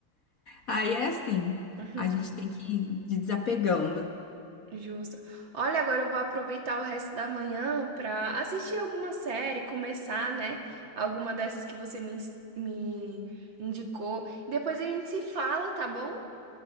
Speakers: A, on the left; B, on the right.
A: Aí é assim,
B: Uhum,
A: a gente tem que ir desapegando.
B: Justo. Olha, agora eu vou aproveitar o resto da manhã pra assistir alguma série, começar, né? Alguma dessas que você me, ins- me indicou. Depois a gente se fala, tá bom?